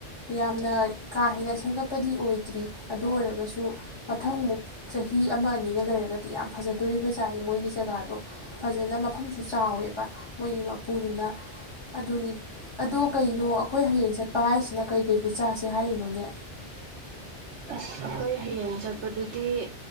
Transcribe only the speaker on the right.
ꯑꯁ ꯑꯩꯈꯣꯏ ꯍꯩꯌꯦꯡ ꯆꯠꯄꯗꯨꯗꯤ ꯗꯤ